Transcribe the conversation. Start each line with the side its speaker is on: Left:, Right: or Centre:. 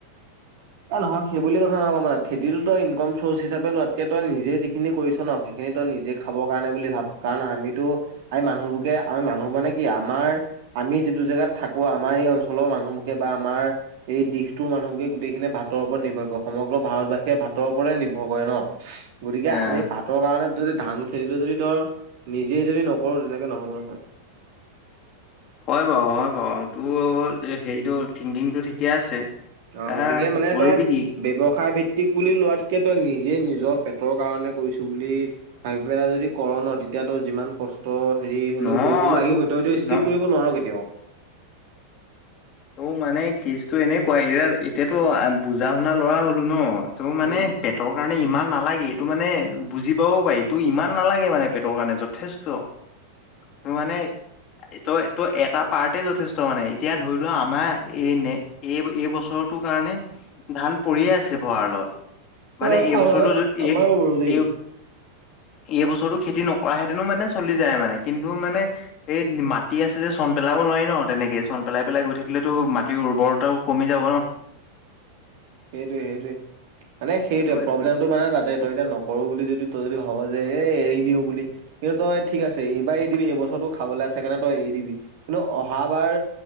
Right: এ নহয় সেই বুলি কথা নহব মানে খেতিতো তই ইনকম চৰ্চ হিচাপে লোৱাতকে তই নিজে যিখিনি কৰিছ ন সেইখিনি নিজে খাবৰ কাৰণে বুলি ভাব কাৰণ আমিতো আমি মানুহবোৰে আমি মানুহ মানে কি আমাৰ আমি যিটো জেগাত থাকো আমাৰ এই অঞ্চলৰ মানুহকে বা আমাৰ এই দিশটোৰ মানুহবোৰে গোটেইখিনি ভাতৰ ওপৰত নিৰ্ভৰ কৰে সমগ্ৰ ভাৰতবাসীয়ে ভাতৰ ওপৰে নিভৰ কৰে ন গতিকে
Left: এ
Right: আমি ভাতৰ কাৰণে দি ধান খেতি যদি ধৰ নিজে যদি নকৰো তেনেকে নহব নহয়
Left: হয় বাৰু হয় বাৰু তোৰ হেৰিটো থিংকিংটো ঠিকে আছে
Right: অঁ
Left: আহ
Right: গতিকে মানে
Left: কৰিবি
Right: তই
Left: কি
Right: ব্যৱসায় ভিত্তিক বুলি লোৱাত কে তই নিজে নিজৰ পেটৰ কাৰনে কৰিছো বুলি ভাবি পেলাই যদি কৰ ন তেতিয়া তই যিমান ক কষ্ট হেৰি হ'লেও
Left: নহয়
Right: কৰিবতো লাগিবই
Left: তোৰ
Right: তইতো স্কিপ
Left: ন
Right: কৰিব নোৱাৰ কেতিয়াও
Left: তোৰ মানে কেচতটো এনেকুৱা এতিয়া এতিয়াতো বুজা শুনা লৰা হলো ন টো মানে
Right: উম
Left: পেটৰ কাৰণে ইমান নাল নালাগে এইটো মানে বুজি পাব পাৰি তোৰ ইমান নালাগে মানে পেটৰ কাৰণে যথেষ্ট ত মানে তই তই এটা পাৰ্টেই যথেষ্ট মানে এতিয়া ধৰি আমাৰ এই ন এই এই বছৰটোৰ কাৰণে ধান পৰিয়ে আছে ভঁৰালত মানে
Right: অ
Left: এইবছৰটো
Right: অ
Left: যেদি
Right: আমাৰ
Left: এই
Right: আমাৰো দেই
Left: এই এই বছৰটো খেতি নকৰা হেতেনো মানে চলি যায় মানে কিন্তু মানে এই মাটি আছে যে চ পেলাব নোৱাৰি ন তেনেকে, চন পেলাই পেলাই গৈ থাকিলেতো মাটিৰ উৰ্বৰতাও কমি যাব ন!
Right: সেইটোৱে, সেইটোৱে মানে সেইটোৱে
Left: সেইটো মানে
Right: প্ৰব্লেমটো মানে তাতে তই এতিয়া নকৰো বুলি যদি তই যদি ভাব যে এ, এৰি দিও বুলি, কিন্তু তই ঠিক আছে এইবাৰ এৰিদিবি এইবছৰটো খাবলৈ আছে কাৰণে তই এৰি দিবি, কিন্তু অহাবাৰ